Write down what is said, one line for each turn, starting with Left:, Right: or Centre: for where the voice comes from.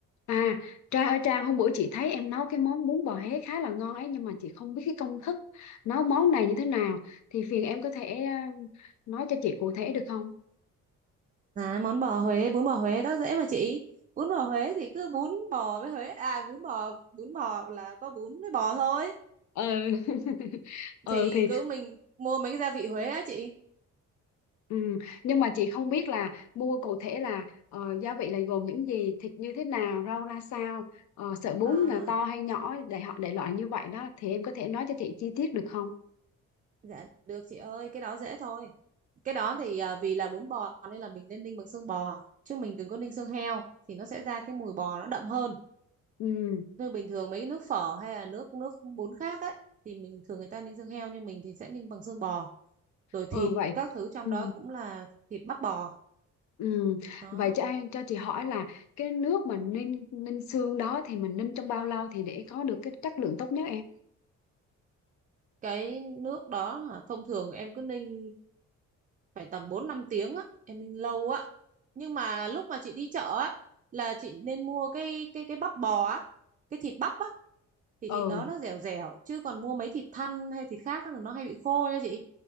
Left: À, Trang ơi Trang, hôm bữa chị thấy em nấu cái món bún bò Huế khá là ngon ấy nhưng mà chị không biết cái công thức nấu món này như thế nào thì phiền em có thể ờ, nói cho chị cụ thể được không?
Right: À, món bò Huế, bún bò Huế đó dễ mà chị. Bún bò Huế thì cứ bún bò với Huế, à bún bò, bún bò là có bún với bò thôi.
Left: Ừ. <laughs> ừ
Right: Thì
Left: thì
Right: cứ mình mua mấy cái gia vị Huế á chị.
Left: ừ. nhưng mà chị không biết là mua cụ thể là ờ, gia vị là gồm những gì, thịt như thế nào, rau ra sao, ờ, sợi bún
Right: À,
Left: là to hay nhỏ để họ để loại như vậy đó thì em có thể nói cho chị chi tiết được không?
Right: dạ được chị ơi, cái đó dễ thôi. Cái đó thì à, vì là bún bò nên là mình nên ninh bằng xương bò, chứ mình đừng có ninh xương heo thì nó sẽ ra cái mùi bò nó đậm hơn.
Left: Ừ.
Right: Như bình thường mấy cái nước phở hay là nước nước bún khác ấy thì mình thường người ta ninh xương heo nhưng mình thì sẽ ninh bằng xương bò. Rồi thịt
Left: Ừ vậy.
Right: các thứ trong
Left: Ừ.
Right: đó cũng là thịt bắp bò
Left: Ừ.
Right: đó
Left: Vậy cho anh cho chị hỏi là cái nước mà ninh ninh xương đó thì mình ninh trong bao lâu thì để có được cái chất lượng tốt nhất em?
Right: cái nước đó hả, thông thường em cứ ninh phải tầm 4 5 tiếng á, em ninh lâu á. Nhưng mà lúc mà chị đi chợ á là chị nên mua cái cái cái bắp bò á, cái thịt bắp á thì
Left: Ừ,
Right: thịt đó nó dẻo dẻo chứ còn mua mấy thịt thăn hay thịt khác á là nó hay bị khô nha chị.